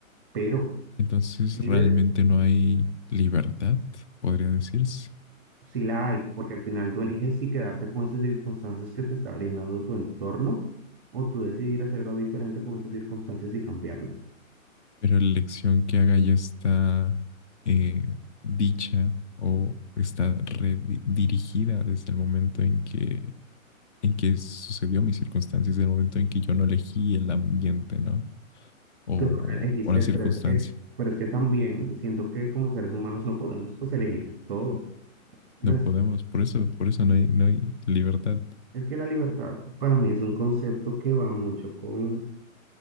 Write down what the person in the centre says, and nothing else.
Pero
si
si la hay, porque al final tú eliges si quedarte con esas circunstancias que te está brindando tu entorno o tú decidir hacer algo diferente con esas circunstancias y cambiarlas.
Tú no la elegiste,
pero es que, pero es que también siento que como seres humanos no podemos pues elegir todo. Las-
es que la libertad para mí es un concepto que va mucho con,